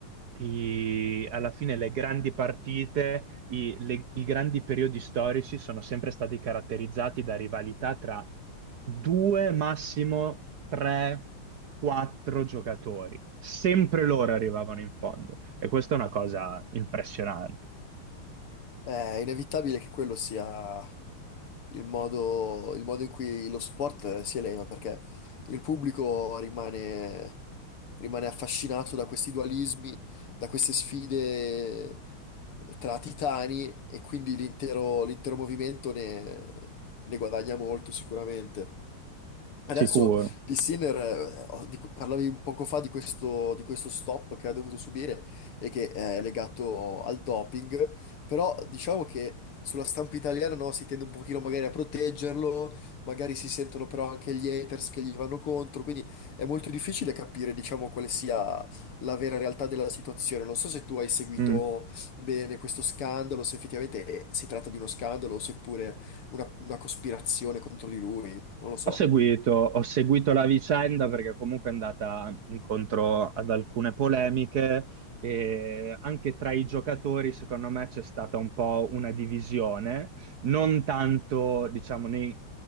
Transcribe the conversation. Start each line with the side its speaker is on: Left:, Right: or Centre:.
Right: I- alla fine le grandi partite, i, le- i grandi periodi storici sono sempre stati caratterizzati da rivalità tra due, massimo tre, quattro giocatori. Sempre loro arrivavano in fondo e questa è una cosa impressionante,
Left: È inevitabile che quello sia il modo, il modo in cui lo sport si eleva, perché il pubblico rimane, rimane affascinato da questi dualismi, da queste sfide tra titani e quindi l'intero l'intero movimento ne, ne guadagna molto sicuramente. Adesso
Right: sicuro.
Left: di Sinner, eh, ho- di cui- parlavi un poco fa di questo, di questo stop che ha dovuto subire e che è legato al doping, però diciamo che sulla stampa italiana no, si tende un pochino magari a proteggerlo, magari si sentono però anche gli haters che gli vanno contro, quindi è molto difficile capire diciamo quale sia la vera realtà della situazione. Non so se tu hai seguito
Right: Mm.
Left: bene questo scandalo, se effettivamente eh, si tratta di uno scandalo o seppure una una cospirazione contro di lui, non lo so.
Right: Ho seguito, ho seguito la vicenda perché comunque è andata incontro ad alcune polemiche e anche tra i giocatori, secondo me, c'è stata un po' una divisione, non tanto, diciamo, nei-